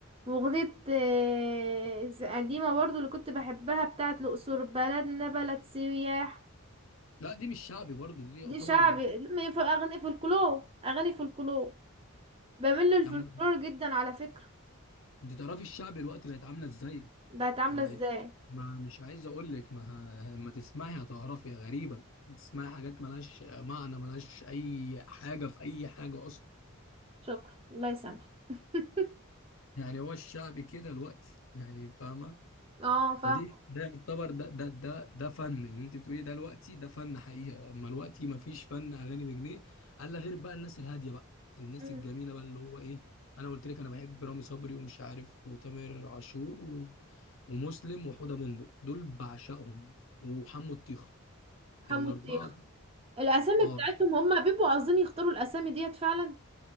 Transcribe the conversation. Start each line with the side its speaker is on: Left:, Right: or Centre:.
Right: واغنية آه، قديمة برضو اللي كنت بحبها بتاعت الاقصر بلدنا بلد سياح
Left: لا دي مش شعبي برضه دي يعتبر
Right: دي شعبي لما في اغاني فولكلور اغاني فولكلور بميل للفولكلور
Left: لما
Right: جدا على فكرة
Left: انت تعرفي الشعبي الوقت بقت عامله ازاي
Right: بقت عاملة
Left: بقت
Right: ازاي
Left: ما مش عايز اقول لك ما لما تسمعي هتعرفي غريبه تسمعي حاجات ملهاش معنى ملهاش اي حاجه في اي حاجه اصلا
Right: شكرا الله يسامحك <laughs>
Left: يعني هو الشعبي كده الوقتي يعني فاهمه
Right: اه فاهم
Left: فدي ده يعتبر ده ده ده ده فن اللي انت بتقولي ده الوقتي ده فن حقيقه اما الوقتي ما فيش فن اغاني بجنيه الا غير بقى الناس الهاديه بقى الناس
Right: مم.
Left: الجميله بقى اللي هو ايه انا قلت لك انا بحب رامي صبري ومش عارف وتامر عاشور و... ومسلم وحوده بندق دول بعشقهم وحمو الطيخه
Right: حمو
Left: الاربعه
Right: الطيخ الاسامي
Left: اه
Right: بتاعتهم هم بيبقوا عاوزين يختاروا الاسامي ديت فعلا